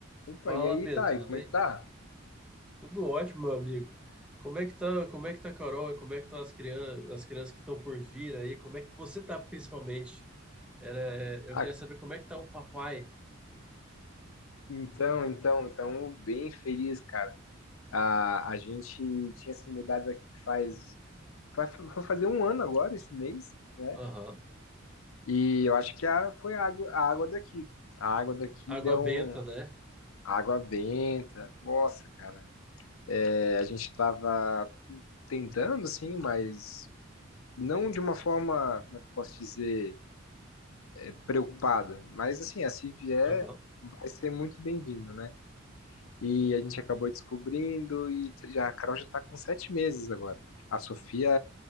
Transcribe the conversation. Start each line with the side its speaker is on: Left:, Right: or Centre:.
Left: Opa,
Centre: Fala,
Left: e aí,
Centre: Pedro,
Left: Thay,
Centre: tudo
Left: como
Centre: bem?
Left: é que tá?
Centre: Tudo ótimo, meu amigo. Como é que tá, como é que tá a Carol e como é que estão as crianças, as crianças que estão por vir aí? Como é que você tá principalmente? Era, é,
Left: Ah,
Centre: eu queria saber como é que tá o papai.
Left: então, então, então, bem feliz, cara. A, a gente tinha se mudado aqui faz, faz, vai fazer um ano agora, esse mês, né?
Centre: Aham.
Left: E eu acho que a, foi a água, a água daqui. A água daqui
Centre: Água
Left: deu
Centre: benta,
Left: um,
Centre: né?
Left: água benta. Nossa, cara. É, a gente tava tentando, assim mas não de uma forma, como é que eu posso dizer, é, preocupada. Mas, assim, a se vier,
Centre: Aham.
Left: vai ser muito bem-vindo, né? E a gente acabou descobrindo e já, a Carol já está com sete meses agora. A Sofia,